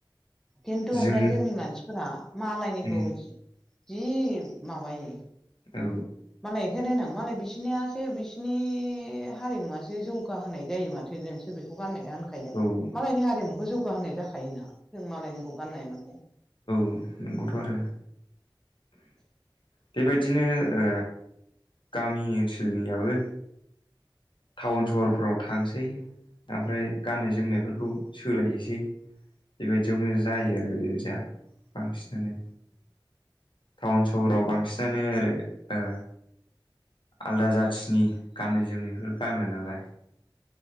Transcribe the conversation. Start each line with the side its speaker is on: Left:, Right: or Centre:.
Centre: खिन्थु
Left: जों
Centre: ओमफ्राय जोंनि मानसिफोरा मालायनिखौ
Left: उम
Centre: जि माबायो।
Left: औ।
Centre: मालाय होनोनां मालाय बिसोरनियासो बिसोरनि हारिमुवासो जौगाहोनाय जायो माथो। जोंसो बेखौ गाननाया होनखायो आं
Left: औ
Centre: मालायनि हारिमुखौ जौगाहोनाय जाखायोना। जों मालायनिखौ गाननाय माने।
Left: उम नंगौथ' आरो। बेबायदिनो ओ गामि ओनसोलनियाबो टाउन सहरफोराव थांसै। ओमफ्राय गाननाय जोमनायफोरखौ सोलायनोसै। बेबायदियावनो जायो आरो बेबायदिया बांसिनानो। टाउन सहराव बांसिनानो आरो ओ आलदा जाथिनि गाननाय जोमनायखो गानो नालाय।